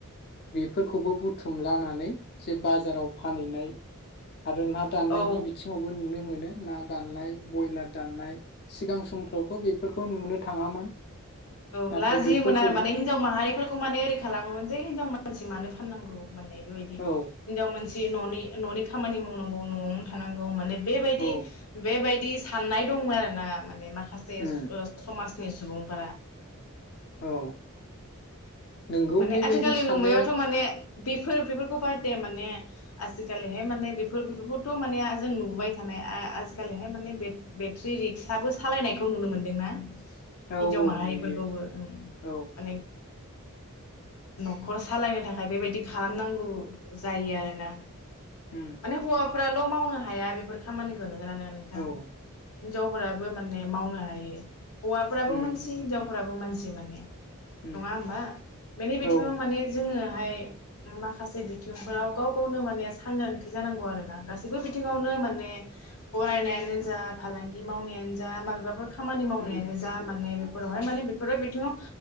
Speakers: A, on the left; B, on the left.
A: बेफोरखौबो बुथुम लानानै जे बाजाराव फानहैनाय आरो ना दान्नायनि
B: औ
A: बिथिङावबो नुनो मोनो। ना दाननाय ब्रयलार दाननाय सिगां समफ्रावथ' बेफोरखौ नुनो थाङामोन
B: औ
A: नाथाय
B: लाजियोमोन
A: बेफोरखौबो
B: आरो माने हिनजाव माहारिफोर खौ माने ओरै खालामोमोन जे हिनजाव मानसि मानो फाननांगौ माने बेबायदि
A: औ
B: हिनजाव मानसि जि न'नि न'नि खामानि मावनांगौ न'आवनो थानांगौ माने‌ बेबायदि
A: औ
B: बेबायदि साननाय दङ आरोना माने माखा खासे
A: उम
B: समाज नि सुबुंफोरा
A: औ नोंगौ
B: माने
A: बेबायदि
B: आथिखालनि
A: साननाया
B: नुुनायावथ' माने बेफोर बेफोरखौ बाददे माने आजिखालिहाय माने बेफोर बेफोरखौथ' माने जों नुुबाय थानाय आजिखालिहाय माने बे बेट्रि रिक्साबो सालायनायखौ नुनो मोनदोंना हिनजाव
A: औ औ
B: माहारिफोरखौबो
A: नुयो
B: ओ माने
A: औ
B: न'खर सालायनो थाखाय बेबायदि खालामनांगौ जायो आरोना
A: उम
B: माने हौवा फोराल' मावनो हाया बेफोर खामानिखौ नों गोना नोङा नोंथां
A: औ उम
B: हिनजावफोराबो माने मावनो हायो। हौवाफोराबो
A: उम
B: मानसि हिनजावफोराबो मानसि माने
A: उम
B: नङा होमबा? बेनि बिथिङाव
A: औ
B: माने जोङोहाय माखासे बिथिंफोराव गाव गावनो माने सांग्रांथि जानांगौ आरोना गाससिबो बिथिङावनो माने फरायनायानो जा फालांगि मावनायानो जा माबाफोर खा खामानि मावनायानो
A: उम
B: जा माने बे माने बेफोर बिथिङाव